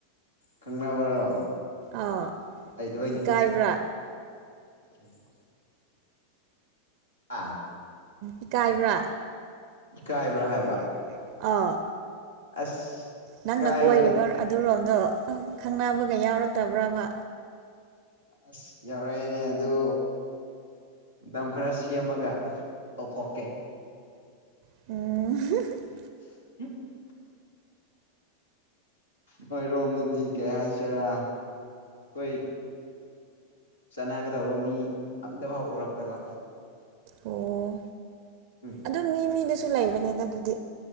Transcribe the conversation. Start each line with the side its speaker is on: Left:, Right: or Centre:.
Left: ꯈꯪꯅꯕ꯭ꯔꯣ
Right: ꯑꯥ
Left: ꯂꯩꯇꯕꯒꯤꯅꯤ
Right: ꯏꯀꯥꯏꯕ꯭ꯔꯥ
Left: <unintelligible> ꯑꯥ
Right: ꯏꯀꯥꯏꯕ꯭ꯔꯥ?
Left: ꯏꯀꯥꯏꯕ꯭ꯔꯥ ꯍꯥꯏꯕ
Right: <unintelligible> ꯑꯥ
Left: ꯑꯁ
Right: ꯅꯪꯅ
Left: ꯏꯀꯥꯏꯕ
Right: ꯀꯣꯏꯔꯤꯕ
Left: ꯅꯠ
Right: ꯑꯗꯨꯔꯣꯝꯗꯣ ꯑꯥ ꯈꯪꯅꯕꯒ ꯌꯥꯎꯔꯛꯇꯕ꯭ꯔꯕ
Left: ꯑꯁ ꯌꯥꯎꯔꯛꯑꯦꯅꯦ ꯑꯗꯨ ꯃꯇꯝ ꯈꯔ ꯁꯦꯝꯃꯒ ꯇꯧꯊꯣꯛꯀꯦ
Right: ꯑꯥ
Left: <unintelligible> ꯅꯣꯏꯔꯣꯝꯗꯥꯗꯤ ꯀꯩ ꯍꯥꯏꯁꯤꯔꯥ ꯈꯣꯏ ꯆꯥꯅꯒꯥꯗꯧꯕꯥ ꯃꯤ ꯑꯝꯇꯥꯐꯥꯎ ꯎꯔꯛꯇꯥꯕ
Right: ꯑꯣ
Left: ꯎꯝ
Right: ꯑꯗꯨ ꯃꯤ ꯃꯤꯗꯥꯁꯨ ꯂꯩꯕꯅꯤꯗꯥ ꯗꯨꯗꯤ